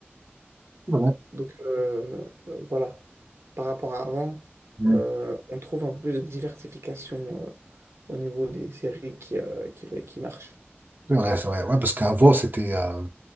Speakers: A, on the right; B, on the right.
A: C'est
B: Donc euh, euh, voilà, par rapport à avant,
A: Mm.
B: euh, on trouve un peu plus de diversification euh, au niveau des séries qui, euh, qui, ouais, qui marchent.
A: C'est vrai, c'est vrai. Ouais, parce qu'avant, c'était. euh,